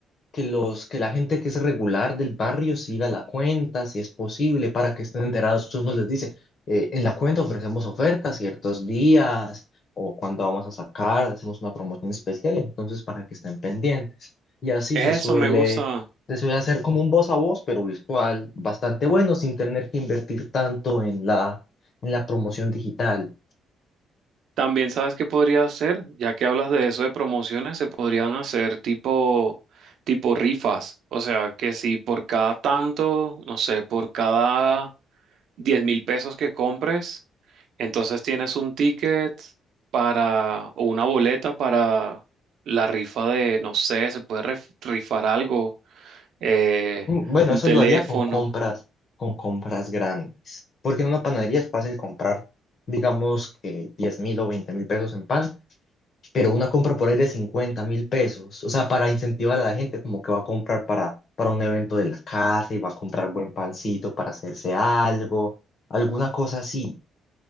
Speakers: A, on the left (about 50°); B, on the right (about 75°).
A: que los, que la gente que es regular del barrio siga la cuenta, si es posible, para que estén enterados. Uno les dice, eh, en la cuenta ofrecemos ofertas ciertos días o cuando vamos a sacar, hacemos una promoción especial, entonces para que estén pendientes. Y así
B: Eso
A: se suele,
B: me gusta.
A: se suele hacer como un voz a voz, pero virtual, bastante bueno, sin tener que invertir tanto en la, en la promoción digital.
B: También sabes qué podría hacer, ya que hablas de eso de promociones, se podrían hacer tipo, tipo rifas. O sea, que si por cada tanto, no sé, por cada diez mil pesos que compres, entonces tienes un ticket para, o una boleta para la rifa de, no sé, se puede ref- rifar algo, eh,
A: Mm, Bueno,
B: un
A: eso
B: teléfono.
A: lo haría con compras, con compras grandes, porque en una panadería es fácil comprar, digamos que 10 mil o veinte mil pesos en pan, pero una compra por ahí de cincuenta mil pesos, o sea, para incentivar a la gente como que va a comprar para, para un evento de la casa y va a comprar buen pancito para hacerse algo, alguna cosa así,